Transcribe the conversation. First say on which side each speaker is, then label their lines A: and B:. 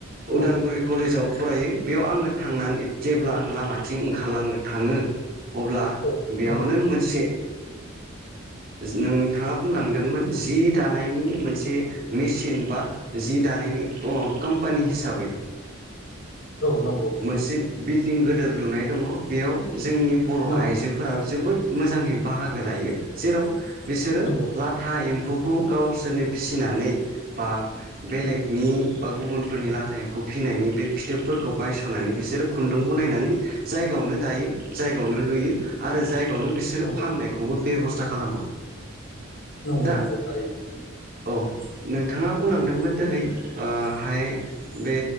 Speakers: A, on the left; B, on the right.
A: औ
B: उदालगुरि कलेजाव फरायो बेयाव आङो थांनानै जेब्ला
A: औ
B: आं लामाथिं ओंखारलाङो थाङो अब्ला
A: औ
B: बेयावनो
A: नंगौ
B: मोनसे नोंथाङा बुंलांदोंमोन जि दानायनि मोनसे मेचिन बा जि दानायनि कम्पानि हिसाबै
A: औ नंगौ
B: मोनसे बिल्डिं गिदिर लुनाय दङ बेयाव जोंनि बर'
A: नंगौ
B: आइजोफोरा जोबोद मोजाङै बाहागो लायो जेराव बिसोरो
A: नंगौ
B: लाथा एम एम्फौखौ गावसोरनो फिसिनानै बा बेलेगनि
A: नंगौ
B: बा गुबुन फोरनि लाथा एम्फौ फिसिनायनि बे फिथोबफोरखौ बायस'नानै बिसोरो खुन्दुंखौ बनायनानै जायगायावनो दायो जायगायावनो लुयो आरो
A: नंगौ
B: जायगायावनो बिसोरो
A: नंगौ
B: फाननायखौबो बेब'स्था खालामो।
A: नंगौ
B: दा
A: नंगौ थारैनो।
B: औ नोंथाङा बुंलांदोंमोन दोहैहाय बे